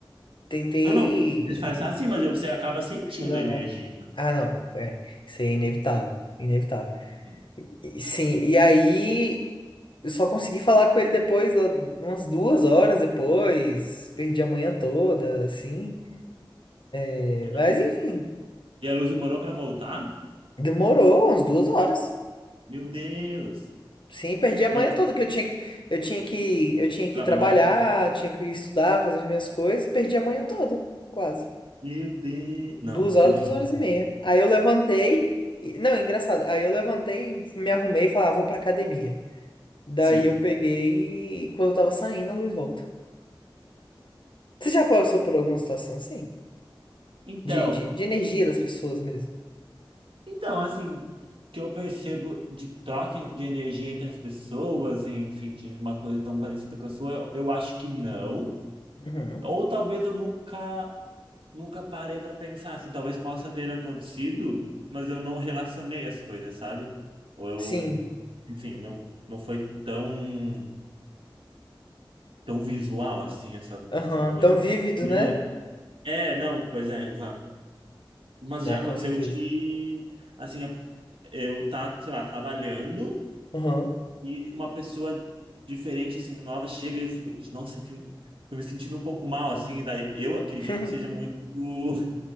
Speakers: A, on the left; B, on the right.
A: Tentei.
B: Ah, não, vocês falam assim, mas você acaba sentindo
A: Relevar.
B: a energia.
A: Ah, não. É, isso aí é inevitável. Inevitável.
B: assim.
A: E- sim, e aí eu só consegui falar com ele depois, lá umas duas horas depois. Perdi a manhã toda, assim. É,
B: É, não.
A: Mas enfim,
B: E a luz demorou para voltar?
A: demorou umas duas horas.
B: Meu Deus.
A: Sim, perdi a manhã
B: Mas
A: toda, que eu tinha que, eu tinha que, eu tinha que
B: trabalhar?
A: ir trabalhar, tinha que estudar, fazer as minhas coisas. Perdi a manhã toda, quase.
B: Meu Deus. Não,
A: Duas
B: que
A: horas,
B: horrível.
A: duas horas e meia. Aí eu levantei. e- Não, engraçado. Aí eu levantei, me arrumei e falei, ah, vou pra academia. Daí
B: Sim.
A: eu peguei e quando eu tava saindo, a luz volta. Você já passou por alguma situação assim?
B: Então,
A: De, de, de energia das pessoas mesmo?
B: Então, assim, que eu percebo de troca de energia entre as pessoas, enfim, de uma coisa tão parecida com a sua, eu acho que não.
A: Uhum.
B: Ou talvez eu nunca, nunca parei para pensar, assim, talvez possa ter acontecido, mas eu não relacionei as coisas, sabe? Ou eu,
A: Sim.
B: enfim, não, não foi tão, tão visual assim essa,
A: Aham.
B: essa coisa.
A: Tão vívido,
B: Mas,
A: né?
B: eu- é, não, pois é, exato. Mas
A: Né,
B: já aconteceu
A: com certeza.
B: de, assim, eu tá, sei lá, trabalhando.
A: Uhum.
B: e uma pessoa diferente, assim, nova, chega e eu fico, nossa, que, tô me sentindo um pouco mal, assim, daí eu acredito
A: <laughs>
B: que seja muito do-